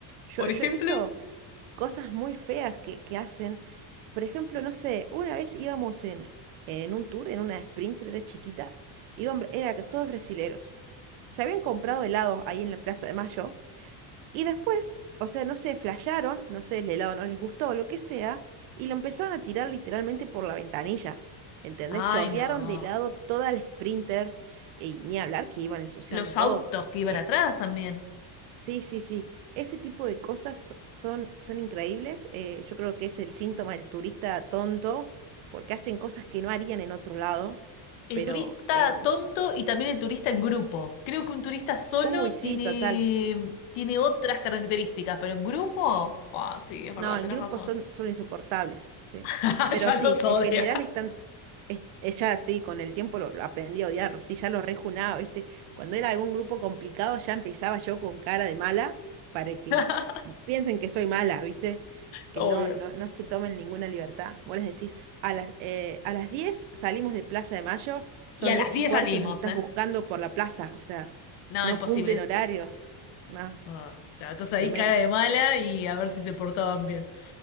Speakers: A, on the right; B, on the left.
A: yo,
B: Por
A: yo
B: ejemplo.
A: he visto cosas muy feas que, que hacen. Por ejemplo, no sé, una vez íbamos en, en un tour, en una Sprinter, era chiquita, y hombre, era que todos brasileros. Se habían comprado helados ahí en la Plaza de Mayo, y después, o sea, no sé, flasharon, no sé, el helado no les gustó o lo que sea, y lo empezaron a tirar literalmente por la ventanilla. ¿Entendés?
B: Ay,
A: Chorrearon
B: no.
A: de helado toda la Sprinter, y ni hablar que iban ensuciando
B: Los
A: todo.
B: autos que iban
A: Eh,
B: atrás también.
A: Sí, sí, sí. Ese tipo de cosas so- son, son increíbles. eh, yo creo que es el síntoma del turista tonto, porque hacen cosas que no harían en otro lado,
B: El
A: pero
B: turista
A: en...
B: tonto y también el turista en grupo. Creo que un turista solo
A: Uy, sí,
B: tiene,
A: total.
B: tiene otras características, pero en grupo. Ah, sí, es verdad,
A: No, en
B: tenés
A: grupos
B: razón.
A: son, son insoportables, sí.
B: <laughs>
A: Pero
B: Ya
A: sí,
B: los odia.
A: en general están, es- ella sí, con el tiempo lo, lo aprendí a odiarlo, sí, ya lo rejunaba, ¿viste? Cuando era algún grupo complicado ya empezaba yo con cara de mala para que
B: <laughs>
A: piensen que soy mala, ¿viste? Que
B: Obvio.
A: no, no, no se tomen ninguna libertad. Vos les decís, a las, eh, a las 10 salimos de Plaza de Mayo, son
B: Y a las
A: 10
B: diez
A: y cuarto
B: salimos,
A: y los estás
B: ¿eh?
A: buscando por la plaza, o sea,
B: No,
A: no
B: imposible.
A: cumplen horarios, no,
B: Ah, claro, entonces ahí
A: tremendo.
B: cara de mala y a ver si se portaban bien.